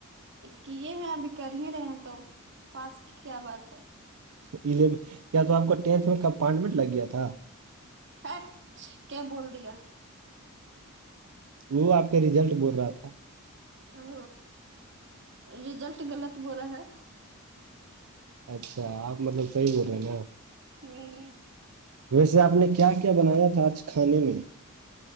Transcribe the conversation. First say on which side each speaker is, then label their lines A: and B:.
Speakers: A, on the right; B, on the right.
A: کیے ہیں ابھی کر ہی رہے ہیں تو پاس کی کیا بات ہے
B: کیا تو آپ کو ٹینتھ میں کمپارٹمنٹ لگ گیا تھا
A: اچھ کیا بول دیا
B: وہ آپ کا ریزلٹ بول رہا تھا
A: او رزلٹ غلط بولا ہے
B: اچھا آپ مطلب صحیح بول رہے ہیں نا
A: ہوں
B: ویسے آپ نے کیا کیا بنایا تھا آج کھانے میں